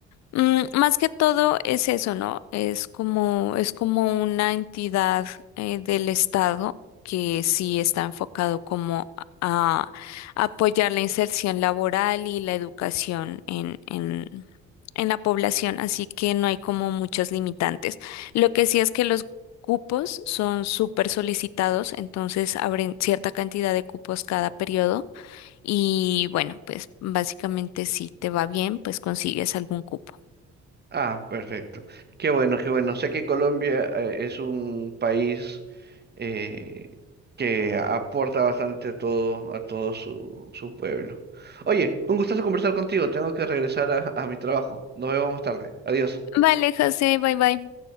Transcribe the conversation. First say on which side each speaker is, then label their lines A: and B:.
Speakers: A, on the left; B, on the right.
A: Mm, más que todo es eso, ¿no? Es como, es como una entidad eh, del Estado que sí está enfocado como a, a apoyar la inserción laboral y la educación en, en, en la población, así que no hay como muchos limitantes. Lo que sí es que los cupos son súper solicitados, entonces abren cierta cantidad de cupos cada periodo y bueno, pues básicamente si te va bien, pues consigues algún cupo.
B: Ah, perfecto. Qué bueno, qué bueno. Sé que Colombia eh, es un país eh, que aporta bastante a todo, a todo su, su pueblo. Oye, un gustazo conversar contigo. Tengo que regresar a, a mi trabajo. Nos vemos más tarde. Adiós.
A: Vale, José, bye bye.